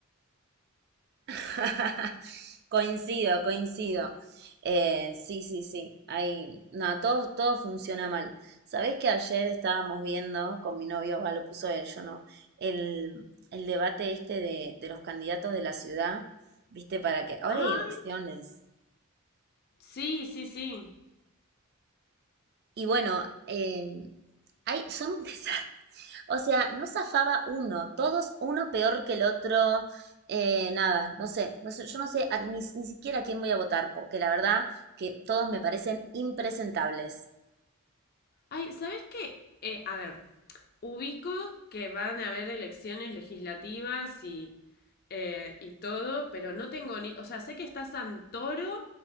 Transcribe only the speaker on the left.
Ay,
sí, sí, sí.
Ay, ¿sabes qué? Eh, a ver, ubico que van a haber elecciones legislativas y, eh, y todo, pero no tengo ni... O sea, sé que está Santoro,